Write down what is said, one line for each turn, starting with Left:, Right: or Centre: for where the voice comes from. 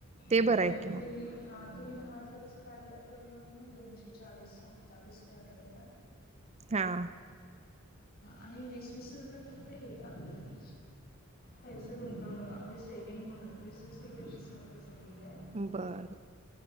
Right: ते
Left: हम्म
Right: बरं आहे
Left: तुम्ही
Right: की मग
Left: हा तुम्ही दहा खर्च काढला तर लोन मग दोनशे चाळीसचा हप्ता दुसते आठवड्याला
Right: हा
Left: आणि वीस, वीस रुपये फक्त हे आपलं पैसे गुंतवणूक आपली सेव्हिंग म्हणून वीस, वीस रुपयाेचीच फक्त सेविहंगय
Right: बर